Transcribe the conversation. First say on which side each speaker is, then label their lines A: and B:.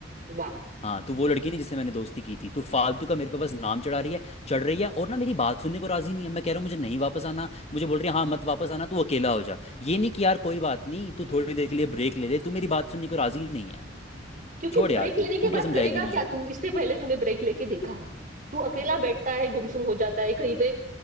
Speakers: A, on the right; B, on the left.
A: वाह
B: हाँ तू वो लड़की नहीं जिससे मैंने दोस्ती की थी तू फालतू का मेरे पे बस नाम चढ़ा रही है चढ़ रही है और ना मेरी बात सुनने को राजी नहीं है मैं कह रहा हूँ मुझे नहीं वापस आना मुझे बोल रही है हाँ मत वापस आना तू अकेला हो जा ये नहीं कि यार कोई बात नहीं तू थोड़ी देर के लिए ब्रेक ले ले तू मेरी बात सुनने को राजी नहीं है
A: क्योंकि
B: छोड़ यार
A: ब्रेक
B: तू
A: लेने के
B: तू
A: बाद
B: क्या समझाएगी
A: करेगा
B: मुझे
A: क्या तू इससे पहले तूने ब्रेक लेके देखा है ना तू अकेला बैठता है गुमसुम हो जाता है कहीं पे अ,